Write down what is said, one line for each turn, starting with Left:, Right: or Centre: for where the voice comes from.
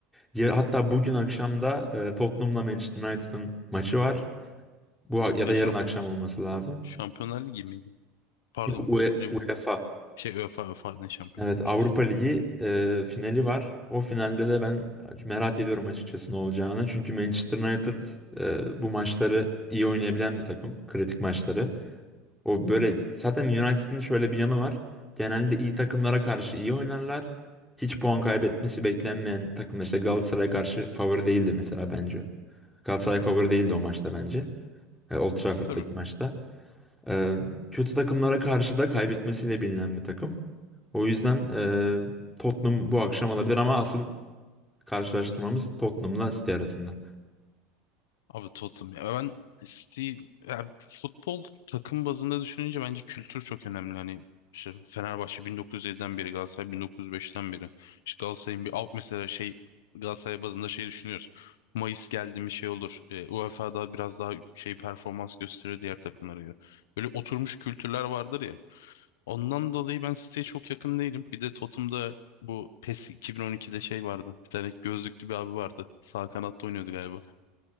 Centre: Ya, hatta bugün akşam da e, Tottenham'la Manchester United'ın maçı var. Bu ya da
Left: Şey
Centre: yarın akşam olması lazım.
Left: Şampiyonlar Ligi miydi? Pardon.
Centre: Ue-
Left: Liv-
Centre: UEFA.
Left: şey UEFA UEFA ne Şampiyonlar
Centre: Evet
Left: Ligi.
Centre: Avrupa Ligi e, finali var. O finalde de ben merak ediyorum açıkçası ne olacağını. Çünkü Manchester United e, bu maçları iyi oynayabilen bir takım. Kritik maçları. O böyle zaten United'ın şöyle bir yanı var. Genelde iyi takımlara karşı iyi oynarlar. Hiç puan kaybetmesi beklenmeyen takımda işte Galatasaray'a karşı favori değildi mesela bence. Galatasaray favori değildi o maçta bence. E, Old Trafford'daki
Left: E, Tabii
Centre: maçta. Ee, kötü takımlara karşı da kaybetmesiyle bilinen bir takım. O yüzden e, Tottenham bu akşam alabilir ama asıl karşılaştırmamız Tottenham'la City arasında.
Left: abi Tottenham ya. Ben City ya futbol takım bazında düşününce bence kültür çok önemli. Hani işte Fenerbahçe 1907'den beri, Galatasaray 1905'ten beri. İşte Galatasaray'ın bir alt mesela şey Galatasaray bazında şey düşünüyoruz. Mayıs geldi mi şey olur. E, UEFA'da biraz daha şey performans gösterir diğer takımlara göre. Böyle oturmuş kültürler vardır ya. Ondan dolayı ben siteye çok yakın değilim. Bir de Totem'da bu PES 2012'de şey vardı. Bir tane gözlüklü bir abi vardı. Sağ kanatta oynuyordu galiba.